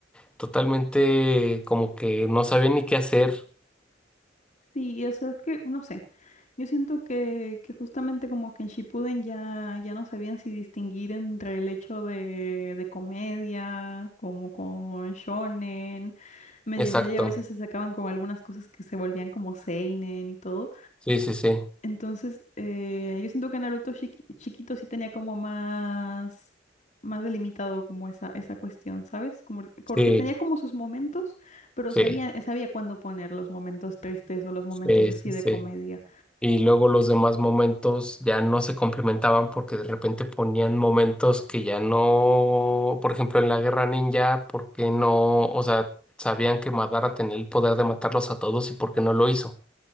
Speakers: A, in the centre; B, on the left.
A: totalmente como que no sabía ni qué hacer.
B: Sí, o sea, es que, no sé. Yo siento que, que justamente como que en Shippuden ya, ya no sabían si distinguir entre el hecho de, de comedia, como con shonen, medio
A: Exacto.
B: medio a veces se sacaban como algunas cosas que se volvían como seinen y todo.
A: Sí, sí, sí.
B: Entonces, eh, yo siento que Naruto chiqui- chiquito sí tenía como más, más delimitado como esa, esa cuestión, ¿sabes? Como, porque
A: Sí,
B: tenía como sus momentos, pero
A: sí,
B: sabía, sabía cuándo poner los momentos tristes o los momentos
A: sí,
B: así
A: sí,
B: de
A: sí.
B: comedia.
A: Y luego los demás momentos ya no se complementaban porque de repente ponían momentos que ya no, por ejemplo, en la guerra ninja, ¿por qué no? O sea, sabían que Madara tenía el poder de matarlos a todos y por qué no lo hizo.